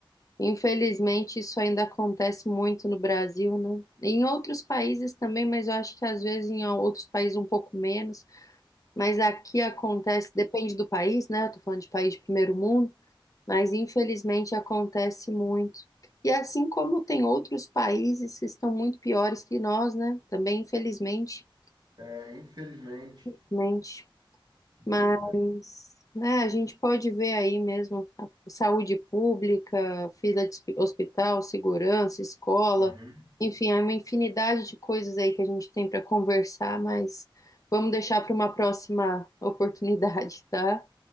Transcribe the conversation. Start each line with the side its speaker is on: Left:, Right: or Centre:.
Left: infelizmente isso ainda acontece muito no Brasil, né? Em outros países também, mas eu acho que às vezes em outros países um pouco menos. Mas aqui acontece, depende do país, né? Eu tô falando de país de primeiro mundo, mas infelizmente acontece muito. E assim como tem outros países que estão muito piores que nós, né? Também, infelizmente,
Right: É, infelizmente,
Left: infelizmente.
Right: infelizmente,
Left: Mas, né, a gente pode ver aí mesmo a saúde pública, fila de hospi- hospital, segurança, escola,
Right: Uhum.
Left: enfim, há uma infinidade de coisas aí que a gente tem para conversar, mas vamos deixar para uma próxima oportunidade, tá?